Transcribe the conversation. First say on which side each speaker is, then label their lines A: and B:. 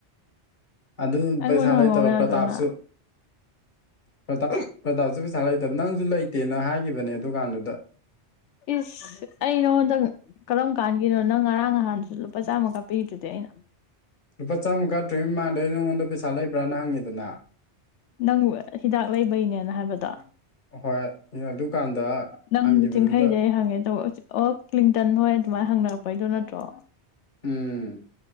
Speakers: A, on the left; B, on the left.
A: ꯑꯗꯨ
B: ꯑꯩꯉꯣꯟꯗ
A: ꯄꯩꯁꯥ ꯂꯩꯇꯕ
B: ꯍꯪꯍꯧ ꯌꯥꯗ꯭ꯔꯣ
A: ꯄ꯭ꯔꯇꯥꯞꯁꯨ
B: ꯅꯪ
A: ꯄ꯭ꯔꯇꯥꯞ ꯄ꯭ꯔꯇꯥꯞꯁꯨ ꯄꯩꯁꯥ ꯂꯩꯇꯕ ꯅꯪꯁꯨ ꯂꯩꯇꯦꯅ ꯍꯥꯏꯒꯤꯈꯤꯕꯅꯦ ꯑꯗꯨꯀꯥꯟꯗꯨꯗ
B: ꯏꯁ ꯑꯩ ꯅꯉꯣꯟꯗ ꯀꯔꯝ ꯀꯥꯟꯒꯤꯅꯣ? ꯅꯪ ꯉꯔꯥꯡ ꯅꯍꯥꯟꯗꯨꯁꯨ ꯂꯨꯄꯥ ꯆꯥꯝꯃ ꯀꯥꯞꯄꯤꯔꯤꯗꯨꯗꯤ ꯑꯩꯅ
A: ꯂꯨꯄꯥ ꯆꯥꯝꯃ ꯀꯥꯇ꯭ꯔꯤꯉꯩ ꯃꯃꯥꯡꯗꯩ ꯅꯉꯣꯟꯗ ꯄꯩꯁꯥ ꯂꯩꯕ꯭ꯔꯥꯅ ꯍꯪꯉꯤꯗꯅ
B: ꯅꯪꯕꯨ ꯍꯤꯗꯥꯛ ꯂꯩꯕꯩꯅꯦꯅ ꯍꯥꯏꯕꯗꯣ
A: ꯍꯣꯏ ꯑꯗꯨꯀꯥꯟꯗ
B: ꯅꯪꯒꯤ
A: ꯍꯪꯈꯤꯕꯗꯨꯗ
B: ꯆꯤꯡꯈꯩ ꯗꯩ ꯍꯪꯉꯦ ꯇꯧ ꯑꯣ ꯀ꯭ꯂꯤꯡꯇꯟ ꯍꯣꯏ ꯑꯗꯨꯃꯥꯏꯅ ꯍꯪꯅꯔꯛꯄꯩꯗꯣ ꯅꯠꯇ꯭ꯔꯣ?
A: ꯎꯝ